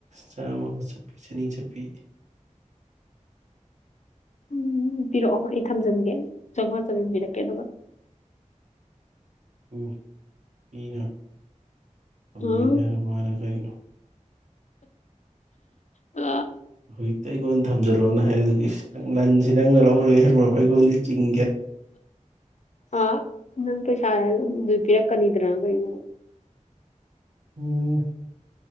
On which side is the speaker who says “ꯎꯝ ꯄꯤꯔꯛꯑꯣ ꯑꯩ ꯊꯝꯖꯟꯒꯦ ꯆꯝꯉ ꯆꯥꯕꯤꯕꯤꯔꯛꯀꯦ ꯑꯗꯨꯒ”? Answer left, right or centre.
Left